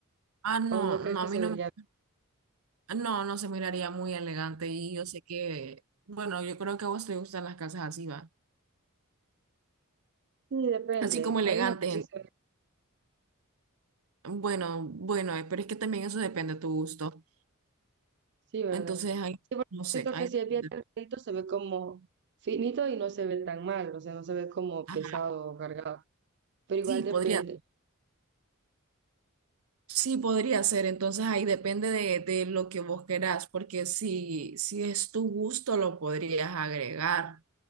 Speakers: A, on the right; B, on the right.
A: ah, no,
B: ¿O no crees
A: no,
B: que
A: a mí
B: se
A: no,
B: vería
A: me- no, no se miraría muy elegante y yo sé que, bueno, yo creo que a vos te gustan las casas así, va
B: bien? Sí, depende.
A: así como elegantes.
B: Hay unos que sí se ven.
A: Bueno, bueno, eh, pero es que también eso depende de tu gusto.
B: Sí, ¿verdad?
A: Entonces, ahí,
B: Sí, porque
A: no sé,
B: Siento
A: ahí
B: que si es bien
A: depende.
B: delgadito se ve como finito y no se ve tan mal. O sea, no se ve como
A: Ajá,
B: pesado o cargado. Pero
A: sí,
B: igual
A: podría,
B: depende.
A: sí, podría ser. Entonces, ahí depende de, de lo que vos querás, porque si, si es tu gusto, lo podrías agregar.